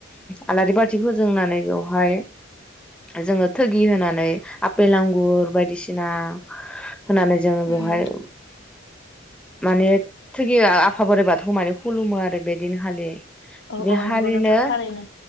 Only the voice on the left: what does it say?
उम
औ
औ
नंगौ नोंथां थारैनो